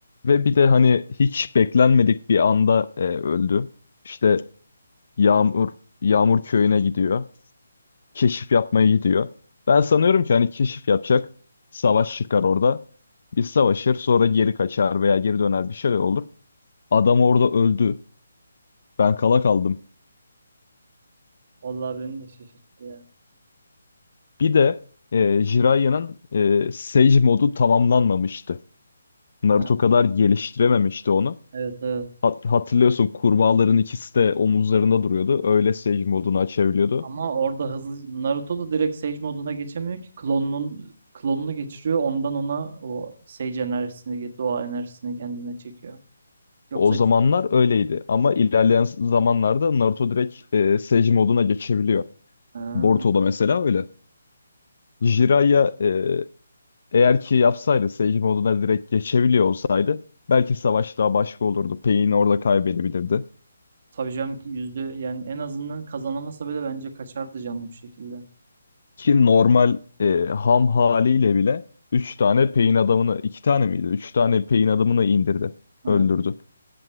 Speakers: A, on the left; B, on the right.
A: Ve bir de hani hiç beklenmedik bir anda e, öldü. İşte Yağmur Yağmur köyüne gidiyor. Keşif yapmaya gidiyor. Ben sanıyorum ki hani keşif yapacak. Savaş çıkar orada. Bir savaşır sonra geri kaçar veya geri döner bir şey olur. Adam orada öldü. Ben kala kaldım.
B: Vallahi beni de şaşırttı ya.
A: Bir de e, Jiraiya'nın e, Sage modu tamamlanmamıştı. Naruto
B: Ha,
A: kadar geliştirememişti onu.
B: evet evet.
A: Hat- hatırlıyorsun kurbağaların ikisi de omuzlarında duruyordu. Öyle Sage modunu açabiliyordu.
B: Ama orada hızlı Naruto da direkt Sage moduna geçemiyor ki klonunun klonunu geçiriyor ondan ona o Sage enerjisini doğa enerjisini kendine çekiyor. Yoksa
A: O zamanlar öyleydi ama ilerleyen zamanlarda Naruto direkt e, Sage moduna geçebiliyor.
B: ha,
A: Boruto'da mesela öyle. Jiraiya e, eğer ki yapsaydı Sage moduna direkt geçebiliyor olsaydı belki savaş daha başka olurdu. Pain orada kaybedebilirdi.
B: tabii canım ki yüzde yani en azından kazanamasa bile bence kaçardı canlı bir şekilde.
A: Ki normal e, ham haliyle bile 3 tane Pain adamını 2 tane miydi? üç tane Pain adamını indirdi.
B: Evet.
A: Öldürdü.